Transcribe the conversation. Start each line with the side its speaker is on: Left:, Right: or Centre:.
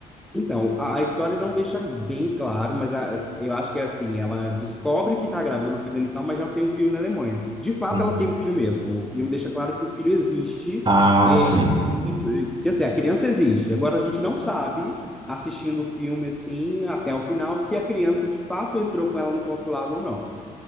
Centre: Então, a, a história não deixa bem claro, mas a- eu acho que é assim, ela descobre que está grávida no Afeganistão, mas já tem um filho na Alemanha. De fato,
Right: Hum.
Centre: ela tem um filho mesmo. O filme deixa claro que o filho existe,
Right: Ah,
Centre: é,
Right: sim.
Centre: que assim, a criança existe. Agora a gente não sabe, assistindo o filme assim, até o final, se a criança de fato entrou com ela no consulado ou não.